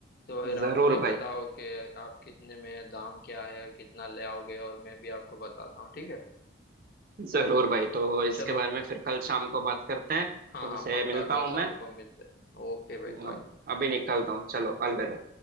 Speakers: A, on the left; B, on the right.
A: तो फिर
B: हैं
A: आप
B: जरूर
A: मुझे बताओ
B: भाई
A: कि आप कितने में दाम क्या है और कितना ले आओगे और मैं भी आपको बताता हूँ ठीक है
B: जरूर भाई तो इसके
A: चलो
B: बारे में फिर कल शाम को बात करते हैं
A: हाँ
B: तुमसे
A: हाँ पक्का
B: मिलता
A: कल
B: हूँ
A: शाम
B: मैं
A: को मिलते हैं ओके भाई बाय
B: अब अभी निकलता हूँ चलो अलविदा